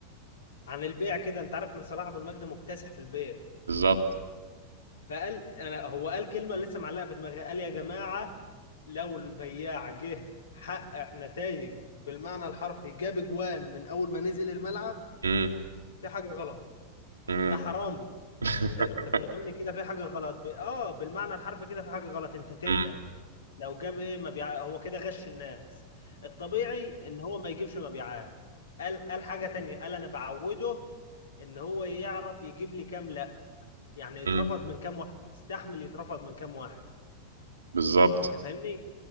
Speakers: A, on the left; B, on the right.
A: عن البيع كده انت عارف ان صلاح ابو المجد مكتسح في البيع
B: بالظبط
A: فقال انا هو قال كلمة لسه معلقة في دماغي قال يا جماعة لو البياع جه حقق نتائج بالمعنى الحرفي جاب جوان من اول ما نزل الملعب
B: امم
A: في حاجة غلط
B: امم
A: ده حرامي
B: <laughs>
A: انت انت فاهمني كده في حاجه غلط ب... اه بالمعنى الحرفي كده في حاجه غلط انت تقلق
B: امم
A: لو جاب ايه مبيع هو كده غش الناس الطبيعي ان هو ما يجيبش مبيعات قال قال حاجه تانية قال انا بعوده ان هو يعرف يجيب لي كام لا يعني يترفض
B: امم
A: من كام واحد يستحمل يترفض من كام واحد
B: بالظبط
A: انت فاهمني